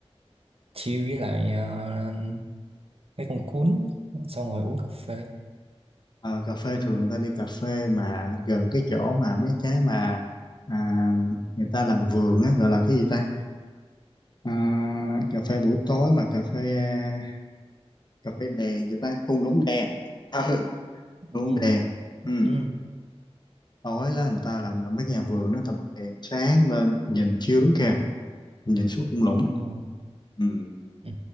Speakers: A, on the right (about 65°); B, on the left (about 45°).
A: chill với lại ờ, mấy con cuốn xong rồi uống cà phê
B: Ờ, cà phê thường người ta đi cà phê mà gần cái chỗ mà mấy cái mà à, người ta làm vườn á gọi là cái gì ta à, cà phê buổi tối mà cà phê à, cà phê đèn gì ta thung lũng đèn ừ
A: ừ.
B: thung lũng đèn ừ
A: Ừ.
B: tối là người ta làm mấy cái nhà vườn đó ta bật đèn sáng lên nhìn chiêu đúng kìa mình Nhìn xuống thung lũng,
A: Ừ.
B: ừ.
A: Ừ.